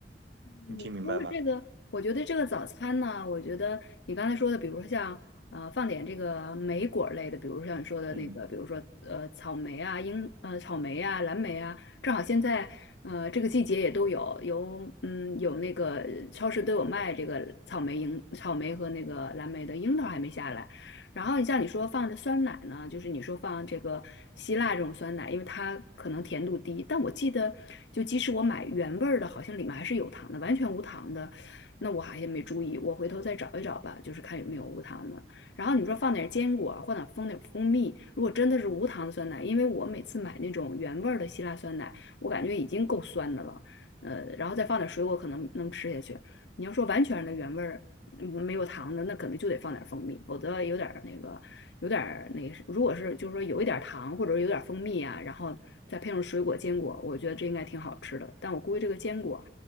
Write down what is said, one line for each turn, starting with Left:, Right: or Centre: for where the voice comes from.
Left: 你说的这个，
Right: 你听明白吗？
Left: 我觉得这个早餐呢，我觉得你刚才说的，比如说像呃放点这个莓果类的，比如像你说的那个，
Right: 嗯。
Left: 比如说呃草莓啊、樱呃草莓啊、蓝莓啊，正好现在呃这个季节也都有，有嗯有那个超市都有卖这个草莓樱草莓和那个蓝莓的，樱桃还没下来。然后你像你说放着酸奶呢，就是你说放这个希腊这种酸奶，因为它可能甜度低，但我记得就即使我买原味儿的，好像里面还是有糖的，完全无糖的，那我好像没注意，我回头再找一找吧，就是看有没有无糖的。然后你说放点坚果，或者放点蜂蜜，如果真的是无糖的酸奶，因为我每次买那种原味儿的希腊酸奶，我感觉已经够酸的了，呃，然后再放点水果可能能吃下去。你要说完全的原味儿。嗯没有糖的，那可能就得放点蜂蜜，否则有点儿那个，有点儿那个，如果是就是说有一点儿糖或者有点儿蜂蜜啊，然后再配上水果坚果，我觉得这应该挺好吃的。但我估计这个坚果，